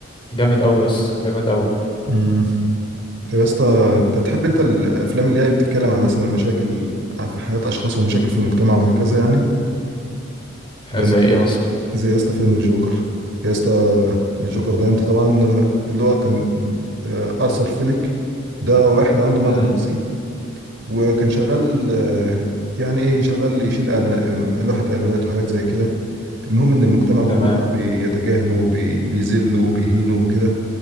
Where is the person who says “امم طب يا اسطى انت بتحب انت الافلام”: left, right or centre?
Right